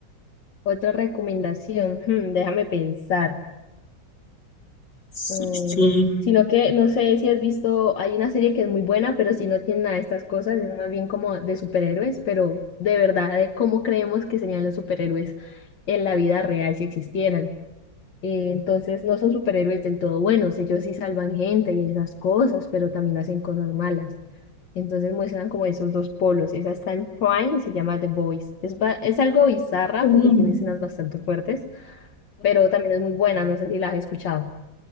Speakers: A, on the left (about 80°); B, on the left (about 65°).
A: Otra recomendación, hmm, déjame pensar.
B: Sí,
A: Mm,
B: sí.
A: sino que no sé si has visto, hay una serie que es muy buena, pero si no tiene nada de estas cosas, es más bien como de superhéroes, pero de verdad, de cómo creemos que serían los superhéroes en la vida real si existieran. Eh, entonces, no son superhéroes del todo buenos, ellos sí salvan gente y esas cosas, pero también hacen cosas malas. Entonces muestran como esos dos polos. Esa está en Prime y se llama The Boys. Es, ba- es algo bizarra
B: Mm.
A: porque tiene escenas bastante fuertes, pero también es muy buena, no sé si la has escuchado.